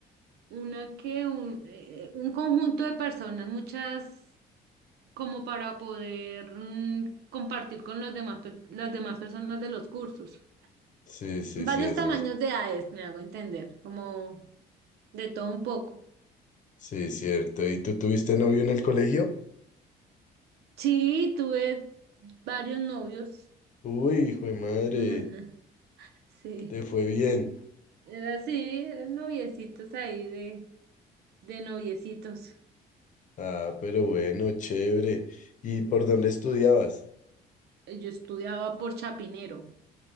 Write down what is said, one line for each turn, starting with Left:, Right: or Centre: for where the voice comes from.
Right: una que, un, eh, un conjunto de personas, muchas como para poder mm, compartir con los demás, per- las demás personas de los cursos.
Left: Sí, sí,
Right: Varios
Left: sí, eso
Right: tamaños
Left: es.
Right: de edades, me hago entender, como de todo un poco.
Left: Sí, cierto. ¿Y tú tuviste novio en el colegio?
Right: Sí, tuve varios novios.
Left: Uy, hijo de madre,
Right: <laughs> Sí,
Left: te fue bien.
Right: era así, eran noviecitos ahí de, de noviecitos.
Left: Ah, pero bueno, chévere. ¿Y por dónde estudiabas?
Right: Eh, Yo estudiaba por Chapinero.